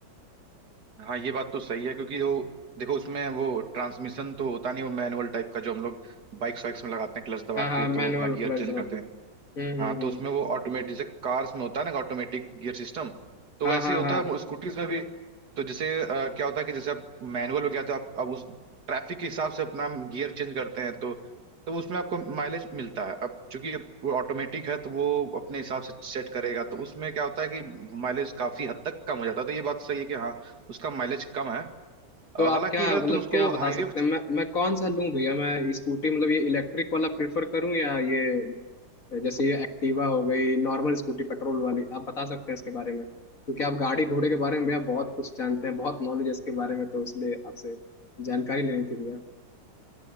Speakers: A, on the right; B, on the left.
A: हाँ ये बात तो सही है क्योंकि वो देखो उसमें वो ट्रांसमिशन तो होता नहीं वो मैनुअल टाइप का जो हम लोग बाइक्स वाइक्स में लगाते हैं क्लच दबा
B: हाँ हाँ
A: के
B: मैनुअल
A: तो अपना गियर
B: प्लस
A: चेंज
B: हम्म
A: करते हाँ
B: हम्म
A: तो
B: हम्म
A: उसमें वो ऑटोमेटिक जैसे कार्स में होता है ना ऑटोमेटिक गियर सिस्टम तो
B: हाँ
A: वैसे
B: हाँ
A: ही होता
B: हाँ
A: है स्कूटीज में भी तो जैसे अ, क्या होता है कि जैसे आप मैनुअल हो गया तो आप अब उस ट्रैफिक के हिसाब से अपना गियर चेंज करते हैं तो तो उसमें आपको माइलेज मिलता है अब चूंकि वो ऑटोमेटिक है तो वो अपने हिसाब से सेट करेगा तो उसमें क्या होता है कि माइलेज काफी हद तक कम हो जाता है तो ये बात सही है कि हाँ उसका माइलेज कम है अ,
B: तो आप
A: हालांकि
B: क्या
A: अगर
B: मतलब
A: तुम उसको
B: क्या बता
A: हाईवे
B: सकते हैं मैं मैं कौन सा लूं भैया मैं स्कूटी मतलब ये इलेक्ट्रिक वाला प्रेफर करूं या ये जैसे ये एक्टिवा हो गई नॉर्मल स्कूटी पेट्रोल वाली आप बता सकते हैं इसके बारे में क्योंकि आप गाड़ी घोड़े के बारे में भैया बहुत कुछ जानते हैं बहुत नॉलेज है इसके बारे में तो इसलिए आपसे जानकारी लेनी थी भैया